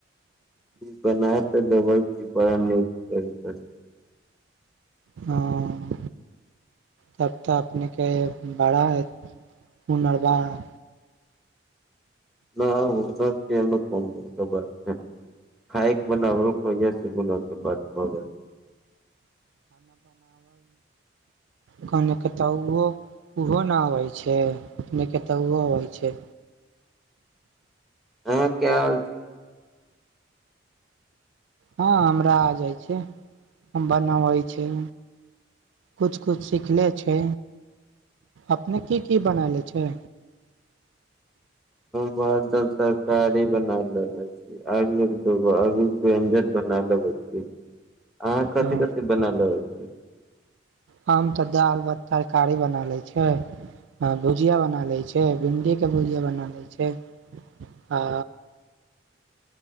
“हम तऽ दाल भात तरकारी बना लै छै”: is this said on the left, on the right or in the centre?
Right